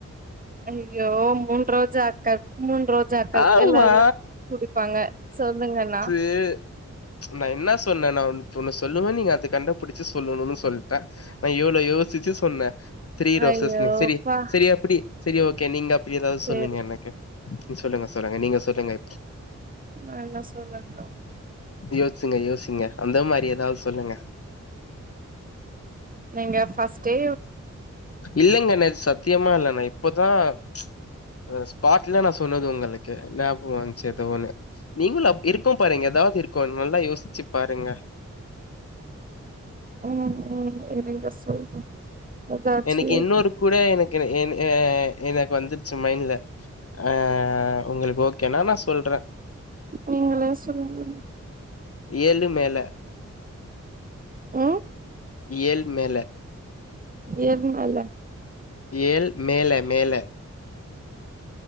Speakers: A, on the right (about 30°); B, on the left (about 50°).
A: அய்யோ மூன் ரோஜ அக்க மூ ரோஜாக்கள்
B: ஆமா.
A: எல்லாருமே குடிபாங்க சொல்லுங்கண்ணா
B: து ச் நான் என்ன சொன்னேன நான் உனக்கு ஒன்னு சொல்லுவே நீங்க அது கண்டுபிடிச்சு சொல்லணுனு சொல்லிட்டே நான் எவ்வளவு யோசிச்சு சொன்னே த்ரீ ரோசஸ்
A: ஐயோப்பா
B: சேரி சேரி அப்டி சேரி ஓகே நீங்க அப்டி ஏதாவது
A: சேரி
B: சொல்லுங்க எனக்கு சொல்லுங்க சொல்லுங்க நீங்க சொல்லுங்க
A: ஆ நா சொல்றதுதா
B: நியோசுங்க யோசிங்க அந்த மாரி ஏதாது சொல்லுங்க
A: நீங்க ஃபர்ஸ்ட்டே
B: இல்லைங்க னது சத்யமா இல்ல நா இப்பதா ச் பாட்டுலா நா சொன்னது உங்களுக்கு ஞாப்க வந் சேதோ ஒன்னு நீங்களு அப் இருக்கு பாருங்க ஏதாது இருக்கு நல்லா யோசிச்சு பாருங்க
A: ம் ம் இருங்க சொல்ற எதாச்சு
B: எனிக்கு
A: யோசிச்சு
B: இன்னொரு கூட எனக்கு அ அ எனக்கு வந்துச்சு மைண்ல ஆ உங்களுக்கு ஓகேனா நா சொல்றே
A: நீங்களே சொல்லுங்க
B: ஏழு மேல
A: உ
B: ஏழு மேல
A: ஏழு மல
B: ஏழ் மேல மேல